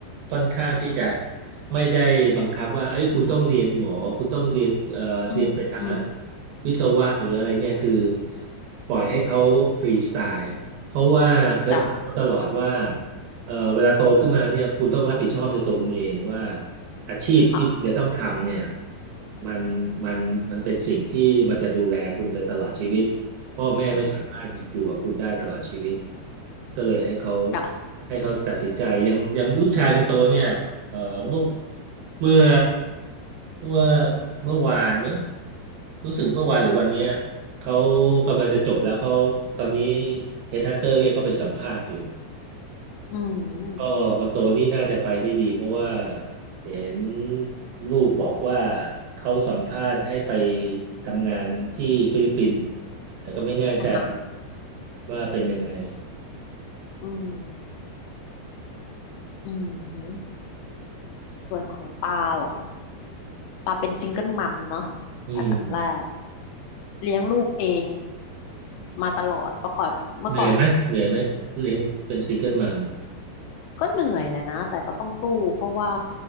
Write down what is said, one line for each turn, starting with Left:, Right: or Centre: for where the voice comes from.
Right: ค่อนข้างที่จะไม่ได้บังคับว่าเอ้ยคุณต้องเรียนหมอคุณต้องเรียนเอ่อเรียนไปทาง
Left: อืม อืม
Right: วิศวะหรืออะไรเนี่ยคือปล่อยให้เขาฟรีสไตล์เพราะว่าเคยบอกเขาตลอดว่า
Left: จ้ะ
Right: เอ่อเวลาโตขึ้นมาเนี่ยคุณต้องรับผิดชอบในตัวคุณเองว่าอาชีพที่คุณจะต้องทำเนี่ย
Left: ค่ะ
Right: มันมันมันเป็นสิ่งที่มันจะดูแลคุณไปตลอดชีวิตพ่อแม่ไม่สามารถอยู่กับคุณได้ตลอดชีวิต
Left: อืม
Right: ก็เลยให้เขา
Left: จ้ะ
Right: ให้เขาตัดสินใจอย่างอย่างลูกชายคนโตเนี่ยเอ่อเมื่อเมื่อเมื่อเมื่อวานมั้งรู้สึกเมื่อวานหรือวันเนี้ยเขากำลังจะจบแล้วเขาตอนนี้เฮดฮันเตอร์เรียกเขาไปสัมภาษณ์อยู่
Left: อืม
Right: ก็คนโตนี่น่าจะไปได้ดีเพราะว่าเห็นลูกบอกว่าเขาสัมภาษณ์ให้ไปทำงานที่ฟิลิปปินส์แต่ก็ไม่แน่ใจ
Left: อ่ะฮะ
Right: ว่าเป็นยังไง
Left: อืม อืมหือส่วนของปลาเหรอปลาเป็นซิงเกิลมัมเนาะ
Right: อืม
Left: อันดับแรกเลี้ยงลูกเองมาตลอดเมื่อก่อนเมื่อก่อน
Right: เหนื่อยไหมเหนื่อยไหมเลี้ยงเป็นซิงเกิลมัม
Left: ก็เหนื่อยแหละนะแต่ก็ต้องสู้เพราะว่า